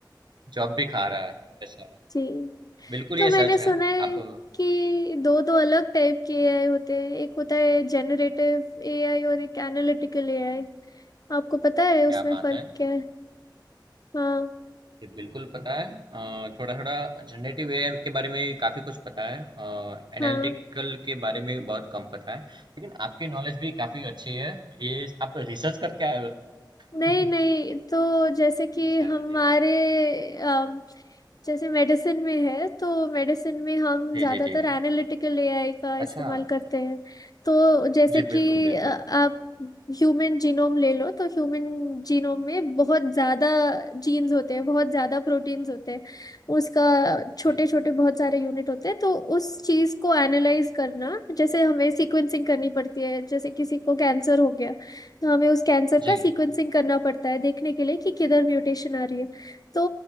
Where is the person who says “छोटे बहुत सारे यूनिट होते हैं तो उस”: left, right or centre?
Left